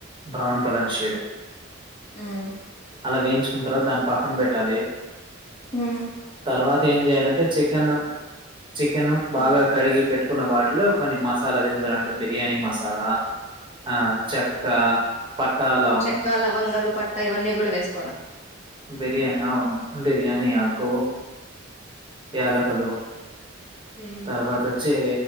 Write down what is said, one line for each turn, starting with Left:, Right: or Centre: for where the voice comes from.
Right: బ్రౌన్ కలర్ షేడ్
Left: హ్మ్
Right: అలా వేయించుకున్న తర్వాత దాన్ పక్కన బెట్టాలి
Left: మ్మ్
Right: తర్వాత ఏం చేయాలంటే చికెన్ చికెన్ బాగా
Left: మ్మ్
Right: కడిగి పెట్టుకున్న వాటిలో కొన్ని మసాలా దినుసులు అంటే బిర్యానీ మసాలా ఆ చెక్క పటాలౌ
Left: చెక్క లవంగాలు పట్టా ఇవన్నీ కూడా వేస్
Right: బిర్యాని అవును బిర్యాని ఆకు యలకలు
Left: మ్మ్
Right: తర్వాత
Left: ఓకే
Right: వచ్చే